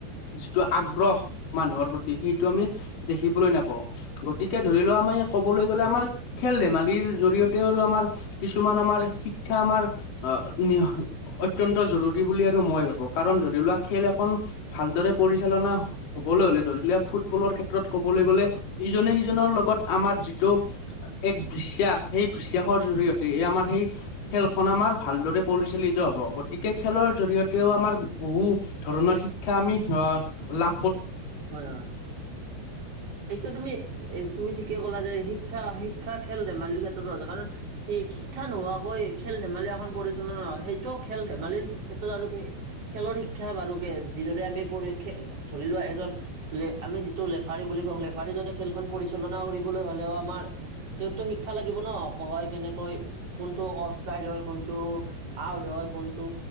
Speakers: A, on the left (about 50°); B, on the right (about 35°).
A: যিটো আগ্ৰহ মানুহৰ প্ৰতি সেইটো আমি দেখিবলৈ নাপাওঁ। গতিকে ধৰি লওঁ আমি ক'বলৈ গ'লে আমাৰ সে <unintelligible> ধেমালিৰ জৰিয়তে আৰু আমাৰ কিছুমান আমাৰ শিক্ষা আমাৰ আ, নিহ, অত ত্যন্ত জৰুৰী বুলি আৰু মই ভাবো। কাৰণ ধৰি লোৱা খেল এখন ভালদৰে পৰিচালনা হ'বলৈ হ'লে ধৰিলে ফুটবলৰ ক্ষেত্ৰত ক'বলৈ গ'লে ইজনে সিজনৰ লগত আমাৰ যিটো এক বিশ্বাস সেই বিশ্বাসৰ জৰিয়তে এ, আমাৰ সেই খেলখন আমাৰ ভালদৰে পলিচালিত হ'ব হ'ব। গতিকে খেলৰ জৰিয়তেও আমাৰ বহু ধৰণৰ শিক্ষা আমি আ, লা
B: হয়, হয়। এইটো তুমি এ, তুমি ঠিকে ক'লা যে শিক্ষা শিক্ষা খেল ধেমালিৰ ক্ষেত্ৰতো আছে। কাৰণ সেই শিক্ষা নোহোৱাকৈ <unintelligible> খেল ধেমালি এখন পৰিচালনা হয়। সেইটো খেল ধেমালিৰ ক্ষেত্ৰত আৰু খে, খেলৰ শিক্ষা বাৰুকে যিদৰে আমি পৰিশখে ধৰি লোৱা এজন লে, আমি যিটো লেফাৰী বুলি কওঁ লেফাৰীজনে খেলখন পৰিচালনা কৰিবলৈ হ'লেও আমাৰ তেওঁতো শিক্ষা লাগিব ন'। কহয় কেনেকৈ কোনটো অফ চাইড হয় কোনটো আউট হয়। কোনটো